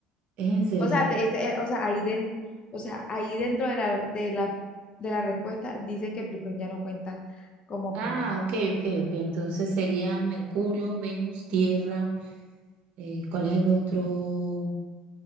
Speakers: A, on the right; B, on the left.
A: es en serio.
B: O sea, de ese- eh, o sea, ahí dentro, o sea, ahí dentro de la, de la, de la respuesta dice que Plutón ya no cuenta como
A: Ah,
B: planeta.
A: ok, ok, ok. Entonces sería Mercurio, Venus, Tierra. eh, ¿cuál es el otro?